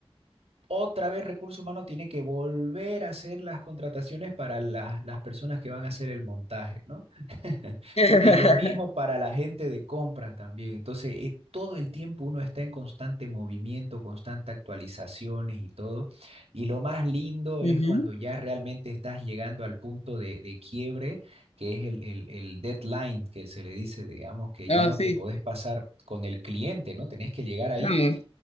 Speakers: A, on the right (about 80°); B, on the left (about 80°).
A: Otra vez recursos humanos tiene que volver a hacer las contrataciones para la- las personas que van a hacer el montaje, ¿no? <laughs>
B: <laughs>
A: Y lo mismo para la gente de compras también. Entonces, eh, todo el tiempo uno está en constante movimiento, constante actualizaciones y todo. Y lo más lindo
B: Ujú.
A: es cuando ya realmente estás llegando al punto de, de quiebre, que es el, el, el deadline que se le dice, digamos, que
B: Ah,
A: ya no
B: sí.
A: te podés pasar con el cliente, ¿no? Tenés que llegar ahí
B: Ah,